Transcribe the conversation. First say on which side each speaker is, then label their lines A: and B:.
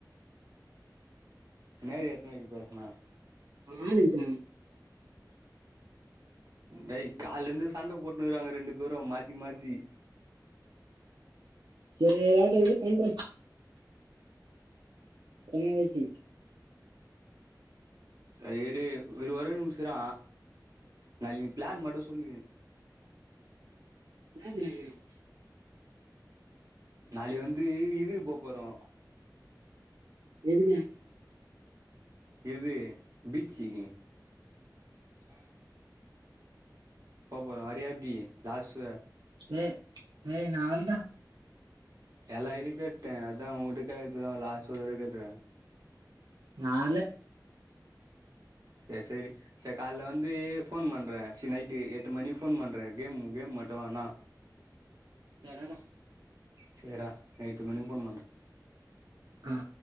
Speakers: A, on the right; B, on the right.
A: மேரி எத்தனைக்கு பேசுன
B: அவ அளு இருக்கா
A: டேய் கால்லாருந்து சண்ட போட்னுஇருக்குறாங்க ரெண்டு பேரு மாத்தி மாத்தி
B: சேரி ஏதாவது இரு பண்றே சேரி யோசி
A: எ இரு ஒரே நிமிசோ இரே நா பிளான் மட்டு சொல்லிகி
B: <unintelligible>
A: நாளைக்கு வந்து இதுக்கு போ போறோ
B: எதுக்கு
A: எது பீச்சுக்கு அ போப்போற வாரிய எப்டி லஸ்ட்டு
B: டேய் டேய் நா வர்லடா
A: எல்லா இருக்கட்டு அதா உங்கிட்டா கேக்கற்துதா ஃலாஸ்ட்டு ஒருதர கேட்குரே
B: நால்லா
A: சேரி சேரி சேரி கால்ல வந்து ஃபோன் பண்றே சீ நைட்டு எட்டு மணிக்கு ஃபோன் பண்றே கேம் கேம் மட்டு வேண
B: <unintelligible>
A: சேர்ரா எட்டு மணிக்கு ஃபோன் பண்ற
B: ஆ